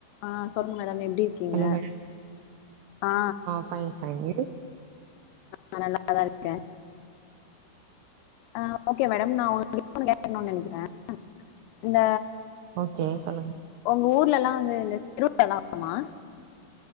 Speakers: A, on the left; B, on the right.
A: ஆ சொல்லுங்க மேடம் எப்டி இருக்கீங்க
B: ஹலோ மேடம்
A: ஆ
B: ஃபைன் ஃபைனு
A: ஆ நல்லா தா இருக்க ஆ ஓக்கே மேடம் நா உங்ககிட்ட ஒன்னு கேக்கணும்னு நெனக்கிறே ம் இந்த
B: ஓக்கே சொல்லுங்
A: உங்க ஊர்ல எல்லா வந்து இந்த திருவிழா எல்லா வருமா